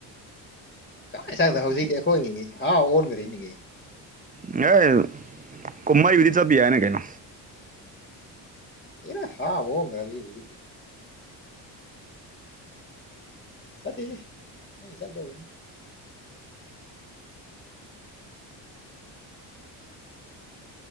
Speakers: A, on the left (about 20°); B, on the right (about 15°).
A: ꯀꯥꯏ ꯁ ꯍꯧꯖꯤꯛꯇꯤ ꯑꯩꯈꯣꯏ ꯍꯥꯎ ꯑꯣꯟꯈ꯭ꯔꯦꯅꯤꯒꯤ
B: ꯑ ꯃꯥꯏꯕꯤꯗꯤ ꯆꯞꯄꯤ ꯌꯥꯏꯅ ꯀꯩꯅꯣ
A: ꯑꯦꯅꯦ ꯍꯥꯥꯎꯕꯣꯡꯒ꯭ꯔꯖꯤꯛ ꯍꯧꯖꯤꯛ ꯁꯇ ꯆꯗꯕꯨ